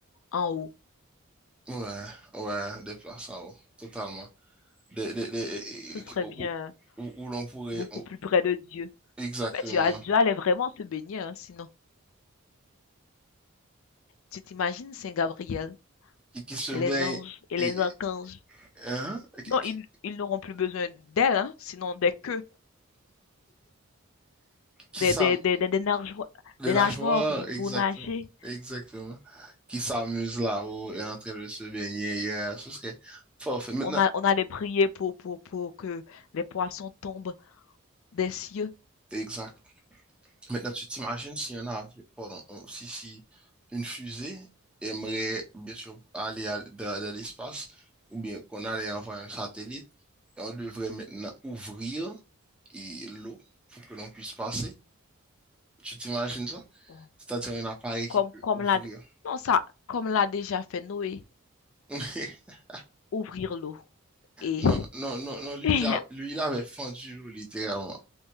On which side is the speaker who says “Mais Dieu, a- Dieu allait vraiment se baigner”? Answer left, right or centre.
Left